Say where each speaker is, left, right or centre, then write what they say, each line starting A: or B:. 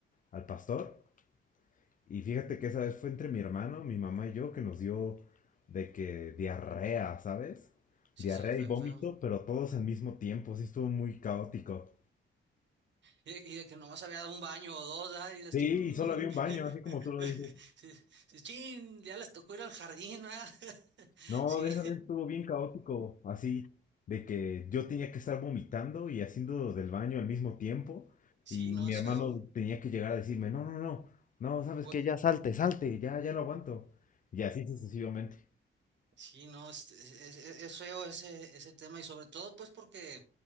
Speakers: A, on the left; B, on the right.
A: al pastor. Y fíjate que esa vez fue entre mi hermano, mi mamá y yo que nos dio de que diarrea, ¿sabes?
B: Sí,
A: Diarrea
B: sí, feo,
A: y vómito,
B: feo.
A: pero todos al mismo tiempo, sí estuvo muy caótico.
B: Y, y de que nomás había dado un baño o dos, ¿ah? Y dices,
A: Sí,
B: chin,
A: y solo había un baño,
B: <laughs>
A: así como tú lo dices.
B: sí, sí, chin, ya les tocó ir al jardín, ¿ah? <laughs>
A: No,
B: Sí,
A: de esa vez estuvo bien caótico, así de que yo tenía que estar vomitando y haciendo del baño al mismo tiempo
B: sí,
A: y mi
B: no, es
A: hermano
B: feo.
A: tenía que llegar a decirme, no, no, no, no, ¿sabes
B: Voy-
A: qué? Ya salte, salte, ya, ya lo aguanto. Y así sucesivamente.
B: Sí, no, es, es- es- es feo ese, ese tema y sobre todo pues porque